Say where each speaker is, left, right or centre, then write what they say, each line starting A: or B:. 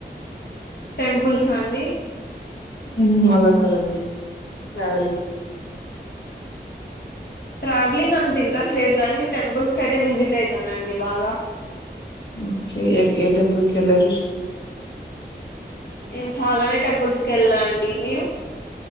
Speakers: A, on the left (about 65°); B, on the left (about 80°).
A: టెంపుల్స్ అండి
B: ఉ అలా కాదండి ట్రావెలింగ్
A: ట్రావెలింగ్ అంత ఇంట్రెస్ట్ లేదు గానీ టెంపుల్స్ కి అయితే విజిట్ అవుతానండి బాగా
B: ఓకే ఏ ఏ టెంపల్ కి వెళ్లారు
A: నేను చాలానే టెంపుల్స్ కి వెళ్ళా అండి మీరు